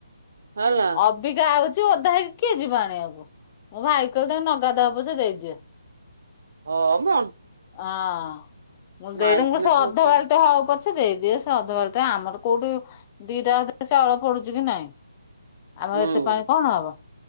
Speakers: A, on the right (about 55°); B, on the left (about 25°).
A: ହେଲା
B: ଅବିକା ଆଉ ଓଦା ହେଇକି କିଏ ଯିବ ଆଣିବାକୁ। ମୋ ଭାଇ କହିଲି ତମେ ନ ଗାଧାଅ ପଛେ ଦେଇଦିଏ।
A: ହଁ ମ
B: ଅଁ ମୁଁ ଦେଡଙ୍କୁ
A: ମାଇକିନା
B: ସେ
A: ଝିଅ
B: ଅଧ
A: ଅଛନ୍ତି
B: ବାରଟେ ହଉ ପଛେ ଦେଇଦିଏ। ସେ ଅଧ ବା ଆମର କୋଉଠି ଦିଟା ଚାଉଳ ପଡୁଛି କି ନାଇଁ। ଆମର
A: ହୁଁ
B: ଏତେ ପାଣି କଣ ହବ।